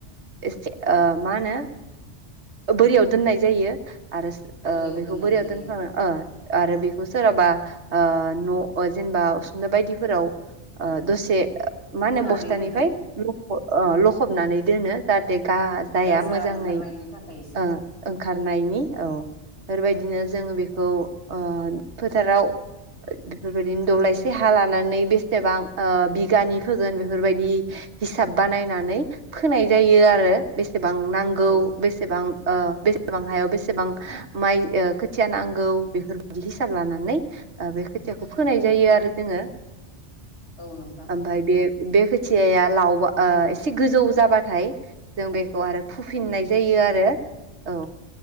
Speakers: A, on the right; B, on the left.
A: एसे ओ मा होनो बोरियाव दोननाय जायो। आरो
B: बोरियाव
A: ओ बेखौ
B: दोननाय
A: बोरियाव
B: जायो
A: दोनखांनानै ओ आरो बेखौ सोरहाबा ओ न' जेनेबा उसुंदा बायदिफोराव ओ दसे मा
B: लुनानै
A: होनो बस्थानिफ्राय
B: दोनो
A: ल ओ लखबनानै दोनो जा थे गा जाया
B: गाजा
A: मोजाङै
B: ओंखारनायनि थाखाय एसे
A: ओ ओंखारनायनि औ। बेफोरबायदिनो जोङो बेखौ
B: औ
A: ओ फोथाराव बेफोरबायदिनो दब्लायसे हा लानानै बेसेबां ओ बिगानि फोगोन बेफोरबायदि हिसाब बानायनानै फोनाय जायो आरो
B: औ
A: बेसेबां नांगौ
B: औ
A: बेसेबां ओ बेसेबां हायाव बेसेबां माइ खोथिया नांगौ बेफोरखौ हिसाब लानानै ओ बे खोथियाखौ फोनाय
B: औ
A: जायो आरो जोङो।
B: औ नोंथां
A: ओमफाय बे बे खोथियाया लावबा ओ एसे गोजौ जाबाथाय जों बे खौ आरो फुफिननाय
B: औ नोंथां
A: जायो आरो औ